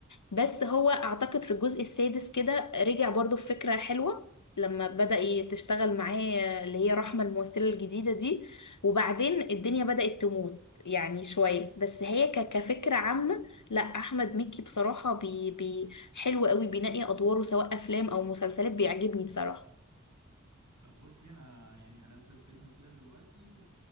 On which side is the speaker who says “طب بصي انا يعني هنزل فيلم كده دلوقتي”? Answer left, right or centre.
Right